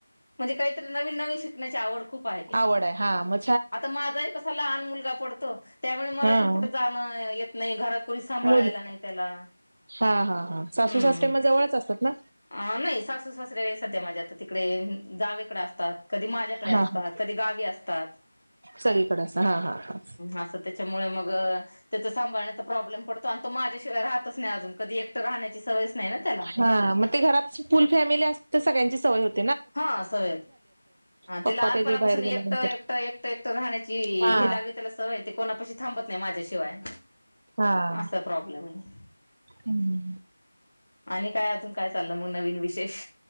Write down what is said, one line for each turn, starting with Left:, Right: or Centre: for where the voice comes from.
Left: म्हणजे काहीतरी नवीन नवीन शिकण्याची आवड खूप आहे.
Right: आवड आहे हां म
Left: आता माझाही कसा लहान मुलगा पडतो. त्यावेळी मला
Right: हा
Left: पण कुठे जाणं येत नाही घरात कोणी सांभाळायला
Right: मुल
Left: नाही त्याला
Right: हा हा हा सासू
Left: हम्म
Right: सासरें मग जवळच असतात ना,
Left: अ नाही सासू सासरे सध्या माझ्या आता तिकडे जावेकडे असत. कधी माझ्याकडे असतात
Right: हा हा
Left: कधी गावी असतात्
Right: सगळीकडे असं हा हा हा
Left: अस त्याच्यामुळे मग त्या सांभण्याचा प्रॉब्लेम पडतो आणि तो माझ्याशिवाय राहतच नाही अजून कधी राहण्याची सवयच नाही ना त्याला
Right: हा मग ते घरात फुल फॅमिली असते तर सगळ्यांची सवय होती.
Left: हा सवय
Right: पप्पा
Left: ते लहानपणापासून
Right: त्याचे बाहेर
Left: एकटं
Right: गेल्यानंतर
Left: एकट एकटं एकटं राहण्याची
Right: हा
Left: हे लागणी त्याला सवय ते कोणा पशी थांबत नाही माझ्याशिवाय
Right: हा
Left: असा प्रॉब्लेम आहे.
Right: हम्म
Left: आणि काय अजून काय चाललं मग नवीन विशेष